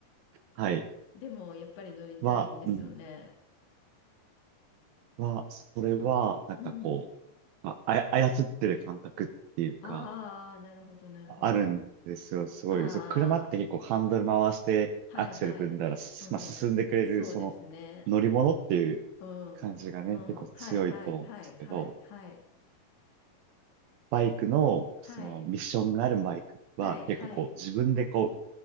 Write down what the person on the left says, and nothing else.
でもやっぱり乗りたいんですよね。
うん。
ああ、なるほど、なるほど。
ああ、
はいはい。
うん。
そうですね。
うん。うん。
はいはいはいはいはい。
はい
はいはい